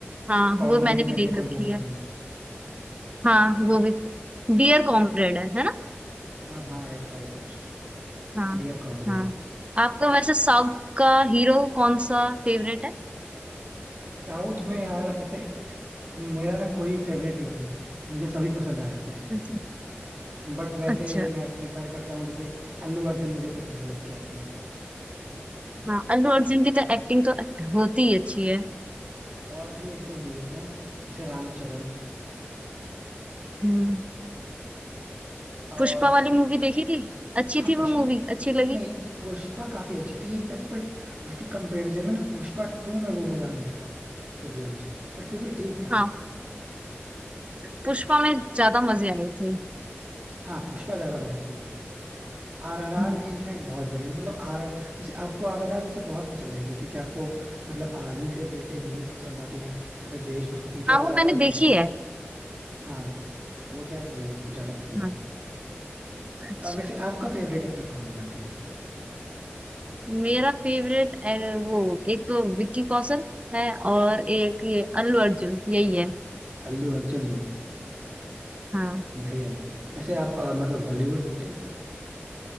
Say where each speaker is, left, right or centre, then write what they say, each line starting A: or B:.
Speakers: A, on the right; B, on the right.
A: हाँ
B: कॉमरेड
A: वो मैंने भी
B: करके
A: देख
B: कोई
A: रखी
B: मूवी थी
A: है हाँ वो भी डियर कॉमरेड है है ना
B: हाँ हाँ ऐसा ही कुछ
A: हाँ
B: डियर कॉमरेड
A: हाँ आपका वैसे साउथ का हीरो कौन सा फेवरेट है
B: साउथ
A: <laughs>
B: में यार वैसे मेरा ना कोई फेवरेट हीरो नहीं है मुझे सभी पसंद आ जाते हैं
A: अच्छा
B: बट वैसे
A: अच्छा
B: मैं प्रिफर करता हूँ जैसे अल्लू अर्जुन मुझे पसंद है उसकी एक्टिंग
A: हाँ अल्लू अर्जुन की तो एक्टिंग तो होती ही अच्छी है
B: और भी एक दो हीरोज हैं जैसे रामचरण
A: हम्म
B: और
A: पुष्पा वाली मूवी देखी थी अच्छी
B: हाँ
A: थी
B: पुष्पा
A: वो मूवी अच्छी लगी
B: नहीं पुष्पा काफी अच्छी थी इनफैक्ट बट उसके कंपैरिजन में ना पुष्पा टू में वो मजा नहीं आया था टू बी ऑनेस्ट बट फिर भी ठीक था
A: हाँ पुष्पा में ज्यादा मजे आए थे
B: हाँ पुष्पा ज्यादा बढ़िया थी आरआरआर
A: हम्म।
B: भी इनफैक्ट बहुत बढ़िया है। मतलब आर जैसे आपको आरआरआर जैसे बहुत पसंद आएगी क्योंकि क्या आपको मतलब आर्मी से रिलेटेड मूवीज पसंद आती हैं या फिर देशभक्ति तो
A: हाँ वो
B: आरआरआर
A: मैंने देखी
B: में भी
A: है
B: हाँ वो शायद वही आपको ज्यादा पसंद आई
A: हाँ
B: हो
A: अच्छा
B: अब वैसे आपका फेवरेट एक्टर कौन है भाई थे
A: मेरा फेवरेट वो एक तो विक्की कौशल है और एक ये अल्लू अर्जुन यही है
B: अल्लू अर्जुन
A: हाँ
B: बढ़िया है वैसे आप अ, मतलब हॉलीवुड देखते हो